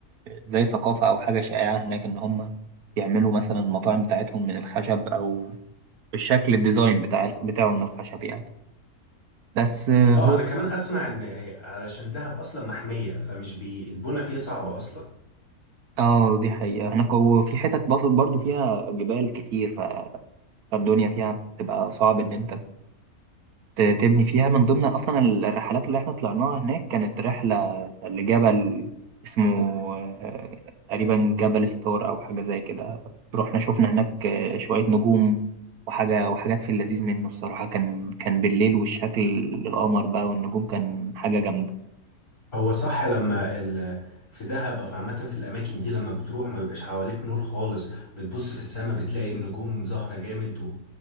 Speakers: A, on the right (about 80°); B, on the left (about 70°).
A: زي ثقافه او حاجه شائعه هناك ان هم يعملوا مثلا المطاعم بتاعتهم من الخشب او الشكل الديزاين بتاع بتاعه من الخشب يعني بس آه،
B: اه
A: هو
B: انا كمان اسمع ان هي علشان دهب اصلا محمية فمش بي البنى فيها صعبة اصلا
A: اه دي حقيقة هناك وفي حتت برضه برضه فيها جبال كتير ف- فالدنيا فيها بتبقى صعب ان انت ت- تبني فيها من ضمن أصلا ال- الرحلات اللي احنا طلعناها هناك كانت رحلة لجبل اسمه آه، تقريبا جبل ستار أو حاجة زي كده رحنا شفنا هناك آه، شوية نجوم وحاجة وحاجات في اللذيذ منه الصراحة كان كان بالليل والشكل القمر بقى والنجوم كان حاجة جامدة
B: هو صح لما ال... في دهب او في عامه في الاماكن دي لما بتروح ما بيبقاش حواليك نور خالص بتبص في السماء بتلاقي النجوم ظاهره جامد